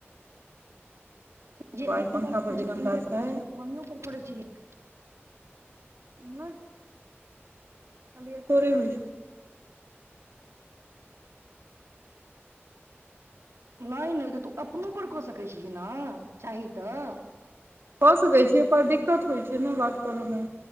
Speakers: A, on the right; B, on the right.
A: तकर
B: तीन
A: बाद एहि पंखापर
B: प
A: जे गन्दा
B: इमहरे
A: छै
B: मम्मी पर पढ़ै छै <unintelligible>
A: नहि खालीये तोरे होइ छै
B: नै नै तऽ तू
A: तहन
B: अपनोपर कऽ सकै छीही न चाही तऽ।
A: कऽ सकै छीयै न पर दिक्कत होइ छै न बात कर मे।